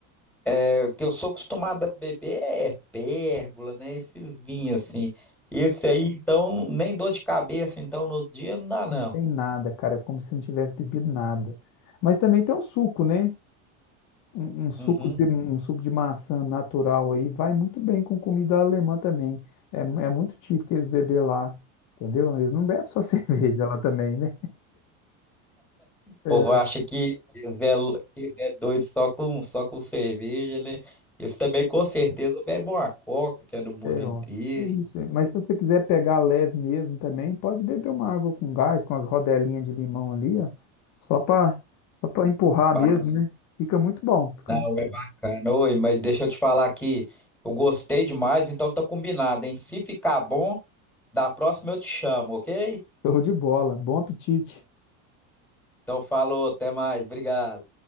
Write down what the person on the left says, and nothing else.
Tem nada, cara, é como se não tivesse bebido nada. Mas também tem um suco, né? Um, um suco
de,
um suco de maçã natural aí vai muito bem com comida alemã também. É, mu- é muito típico eles beber lá, entendeu? Eles não bebem só <laughs> cerveja lá também, né? É,
é,
ó. É isso. Mas se você quiser pegar leve mesmo também, pode beber uma água com gás, com as rodelinhas de limão ali, ó, só para empurrar
mesmo, né? Fica muito bom, fica
<laughs>
show de bola. Bom apetite.